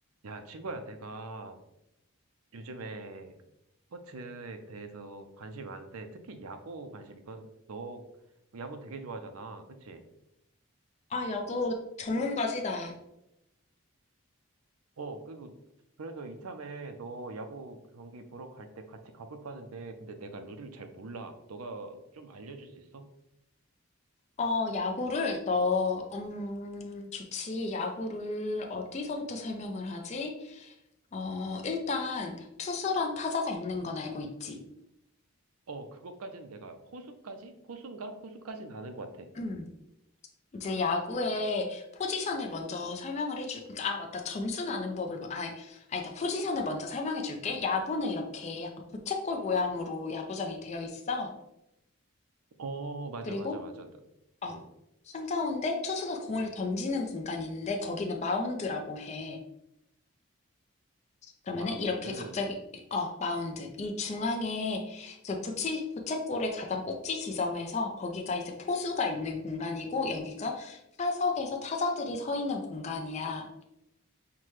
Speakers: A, on the right; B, on the left.
A: 야, 친구야, 내가 요즘에 스포츠에 대해서 관심이 많은데, 특히 야구 관심이 있거든. 너 야구 되게 좋아하잖아. 그치?
B: 아, 야구 전문가시다.
A: 어, 그리고, 그래서 이참에 너 야구 경기 보러 갈 때 같이 가볼까 하는데, 근데 내가 룰을 잘 몰라. 너가 좀 알려줄 수 있어?
B: 어, 야구를 너, 음, 좋지. 야구를 어디서부터 설명을 하지? 어, 일단 투수랑 타자가 있는 건 알고 있지.
A: 어, 그것까지는 내가, 포수까지? 포수인가? 포수까지는 아는 것 같아.
B: 음. 이제 야구의 포지션을 먼저 설명을 해줄, 그러니까, 아, 맞다. 점수 나는 법을, 뭐- 아, 아니다. 포지션을 먼저 설명해 줄게. 야구는 이렇게 약간 부채꼴 모양으로 야구장이 되어 있어.
A: 어, 맞아,
B: 그리고,
A: 맞아, 맞아. 나-
B: 어,
A: 응.
B: 한가운데 투수가 공을 던지는 공간이 있는데 거기는 마운드라고 해. 그러면은
A: 마운드.
B: 이렇게 갑자기 어 마운드 이 중앙에 그 부채 부채꼴의 가장 꼭지 지점에서 거기가 이제 포수가 있는 공간이고 여기가 타석에서 타자들이 서 있는 공간이야.